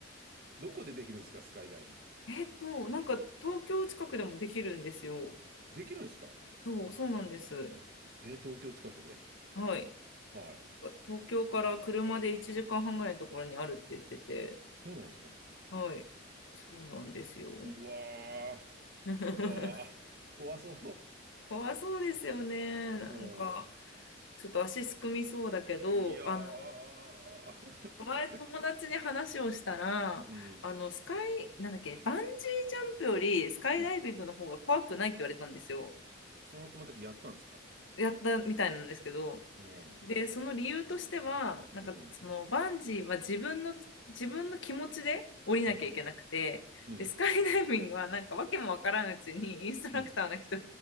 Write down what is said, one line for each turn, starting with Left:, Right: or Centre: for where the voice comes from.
Right: どこでできるんですか、スカイダイビングって。
Left: えっと、なんか、東京近くでもできるんですよ。
Right: できるんですか
Left: そう、そうなんです。
Right: えー東京近くで
Left: はい。
Right: はい。
Left: 東京から車で1時間半ぐらいのところにあるって言ってて、
Right: そうなんですか。
Left: はい。そうなんですよ。
Right: うわー、
Left: <laughs>
Right: うわー、怖そ
Left: かわいそうですよね。なんか、
Right: う。うん。
Left: ちょっと足すくみそうだけど、
Right: いやー。
Left: あの、前友達に話をしたら、
Right: <laughs> うん、
Left: あの、スカイ、なんだっけ、バンジージャンプよりスカイダイビングの方が怖くないって言われたんですよ。
Right: うん。その友達やったんですか
Left: やったみたいなんですけど、
Right: うん、うん、
Left: で、その理由としては、なんかそのバンジーは自分の、
Right: う
Left: 自分の気持ちで降りなきゃいけなくて、
Right: ん、うん、
Left: で、スカイダイビングはなんかわけもわからんうちにインストラクターの人
Right: うん。